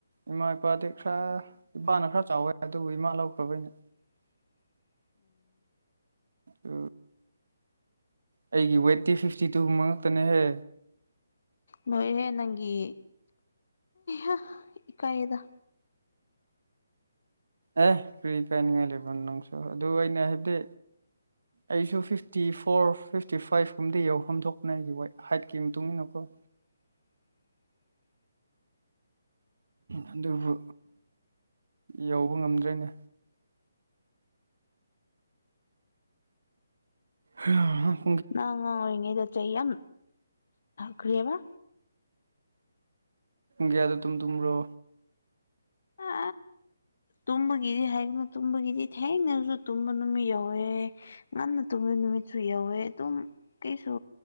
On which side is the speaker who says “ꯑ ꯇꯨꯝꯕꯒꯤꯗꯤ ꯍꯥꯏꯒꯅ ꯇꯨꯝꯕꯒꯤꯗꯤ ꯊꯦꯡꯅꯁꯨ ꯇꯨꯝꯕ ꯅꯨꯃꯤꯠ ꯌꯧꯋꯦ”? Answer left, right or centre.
Left